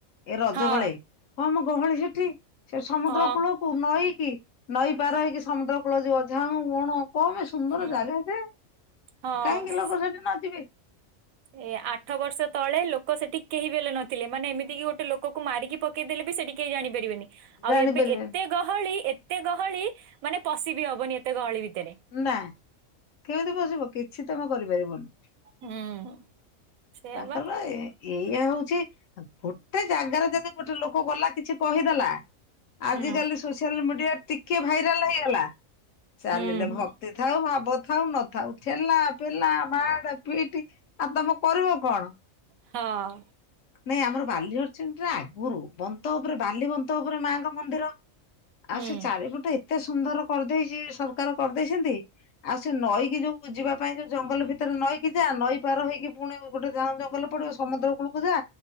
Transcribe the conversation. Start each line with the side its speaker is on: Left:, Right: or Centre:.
Left: ଏ ରଜ
Right: ହଁ
Left: ବଳେ କମ ଗହଳି ସେଠି ସେ ସମୁଦ୍ରକୁ
Right: ହଁ
Left: କୁ ନଈକି ନଈ ପାର ହେଇକି ସମୁଦ୍ର କୂଳ ଯିବ ଝାଉଁ ବଣ କମ ସୁନ୍ଦର
Right: ହୁଁ
Left: ଜାଗା ସେ।
Right: ହଁ।
Left: କାହିଁକି ଲୋକ ସେଠି ନ ଯିବେ
Right: ଏ ଆଠ ବର୍ଷ ତଳେ, ଲୋକ ସେଠିକ କେହି ବି ହେଲେ ନଥିଲେ। ମାନେ ଏମିତି କିି ଗୋଟେ ଲୋକକୁ ମାରିକି ପକେଇଦେଲେ ସେଠି କେ ଜାଣିପାରିବେନି। ଆଉ
Left: ଜାଣିପାରିବେନି
Right: ଏବେ ଏତେ ଗହଳି, ଏତେ ଗହଳି ମାନେ ପଶିିବି ହବନି ଏତେ ଗହଳି ଭିତରେ
Left: ନା କେମିତି ପଶିବ କିଛି ତମେ କରିପାରିବନି।
Right: ହୁଁ ସେଇଆ
Left: ତାଙ୍କର
Right: ବା
Left: ପରା ଏଇଆକୁ ଗୋଟେ ଜାଗାରେ ଯଦି, ଗୋଟେ ଲୋକ ଗଲା କିଛି କହିଦେଲା ଆଜି
Right: ହୁଁ
Left: କାଲି ସୋସିଆଲ ମିଡିଆ ଟିକେ ଭାଇରାଲ ହେଇଗଲା ଚାଲିଲେ
Right: ହୁଁ
Left: ଭକ୍ତି ଥାଉ ଭାବ ଥାଉ ନଥାଉ। ଠେଲା ପେଲା ମାଡ ପିଇଟି ଆଉ ତମ କରିବ କଣ
Right: ହଁ।
Left: ନାଇଁ ଆମର ବାଲିହରିଚଣ୍ଡୀ ରେ ଆଗରୁ ବନ୍ତ ଉପରେ ବାଲି ବନ୍ତ ଉପରେ ମାଙ୍କ ମନ୍ଦିର
Right: ହୁଁ
Left: ଆଉ ସେ ଚାରିପଟେ ଏତେ ସୁନ୍ଦର କରିଦେଇଚି ସରକାର କରିଦେଇଛନ୍ତି। ଆଉ ସେ ନଈକି ଯୋଉ ଯିବା ପାଇଁ, ଯୋଉ ଜଙ୍ଗଲ ଭିତରେ ନଈକି ଯା, ନଈ ପାର ହେଇକି ପୁଣି ଗୋଟେ ଝାଉଁ ଜଙ୍ଗଲ ପଡ଼ିବ ସମୁଦ୍ର କୂଳକୁ ଯା,